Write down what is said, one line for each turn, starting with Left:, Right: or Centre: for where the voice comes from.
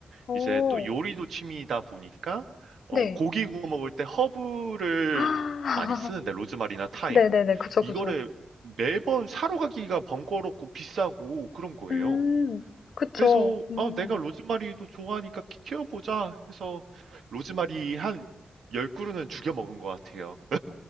Left: 오,
Right: 이제 또 요리도 취미이다 보니까, 어,
Left: 네,
Right: 고기 구워 먹을 때 허브를
Left: 아, <laughs>
Right: 많이 쓰는데, 로즈마리나 타임.
Left: 네네네, 그죠,
Right: 이거를
Left: 그죠.
Right: 매번 사러 가기가 번거롭고 비싸고 그런 거예요.
Left: 음, 그쵸,
Right: 그래서,
Left: 음.
Right: 아, 내가 로즈마리도 좋아하니까 키워보자 해서, 로즈마리 한 10그루는 죽여 먹은 것 같아요.